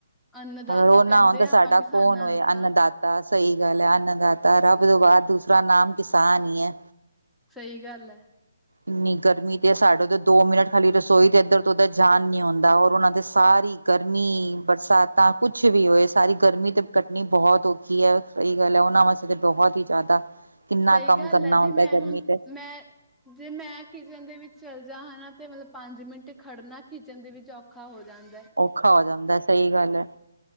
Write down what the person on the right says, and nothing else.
ਅਗਰ ਉਹ ਨਾ
ਹੋਣ ਤਾਂ
ਸਾਡਾ
ਕੌਣ ਹੋਏ
ਅੰਨਦਾਤ
ਦਾ ਸਹੀ ਗੱਲ ਐ। ਅੰਣਦਾਤਾ
ਰੱਬ ਤੋਂ ਬਾਅਦ ਦੂਸਰਾ ਨਾਮ ਕਿਸਾਨ ਈ ਐ।
ਇੰਨੀ ਗਰਮੀ ਤਿਸ ਸਾਡੇ ਤਾਂ ਦੋ ਮਿੰਟ ਖਾਲੀ ਰਸੋਈ ਤੇ ਇੱਧਰ ਤੋਂ ਉੱਧਰ ਜਾਣ ਨੀ ਹੁੰਦਾ ਔਰ ਉਹਨਾਂ ਦੇ ਸਾਰੀ ਗਰਮੀ ਬਰਸਾਤ ਤਾਂ ਕੁੱਛ ਵੀ ਹੋਏ, ਸਾਰੀ ਗਰਮੀ ਤੇ ਕੱਟਣੀ ਬਹੁਤ ਔਖੀ ਹੈ। ਸਹੀ ਗੱਲ ਐ। ਉਹਨਾਂ ਵਾਸਤੇ ਤਾਂ ਬਹੁਤ ਹੀ ਜ਼ਿਆਦਾ ਕਿੰਨਾ
ਕੰਮ
ਕਰਨਾ
ਹੁੰਦਾ
ਗਰਮੀ
ਤੇ
ਔਖਾ ਹੋ ਜਾਂਦਾ, ਸਹੀ ਗੱਲ ਹੈ।